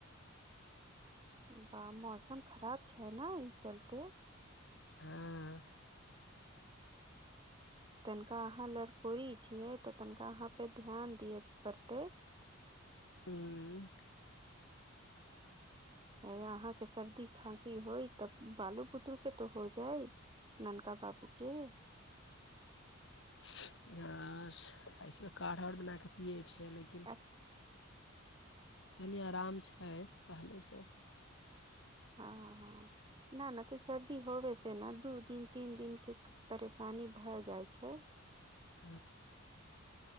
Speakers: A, on the right; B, on the left.
A: बाह मौसम खराब छै ने ई चलते
B: हँ
A: तनिका अहाँ लड़कोरी छियै तऽ तनिका अहाँ पे ध्यान दियअ पड़तै
B: हुँ
A: ह अहाँके सर्दी खाँसी होइ तब बालू बुतरू के तऽ हो जाइ ननकनका पपूके
B: से त सब काढ़ आओर बना कऽ पियए छै छै लेकिन
A: आ
B: तनी आराम छै पहिलेसँ
A: हँ हँ न नहि तऽ सर्दी होबे से ने दू दिन तीन दिन के परेशानी भ जाइ छै
B: <unintelligible>